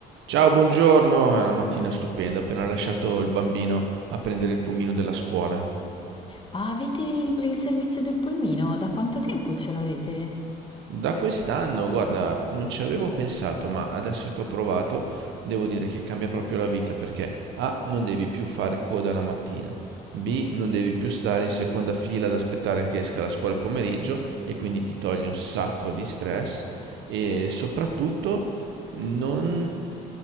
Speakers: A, on the right; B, on the left.
A: Ciao, buongiorno. È una mattina stupenda. Ho appena lasciato il bambino a prendere il pulmino della scuola.
B: Ah, avete il, il servizio del pulmino? Da quanto tempo ce l'avete?
A: Da quest'anno, guarda, non ci avevo pensato, ma adesso che ho provato, devo dire che cambia proprio la vita perché A, non devi più fare coda la mattina. B, non devi più stare in seconda fila ad aspettare che esca la scuola il pomeriggio e quindi ti toglie un sacco di stress e soprattutto non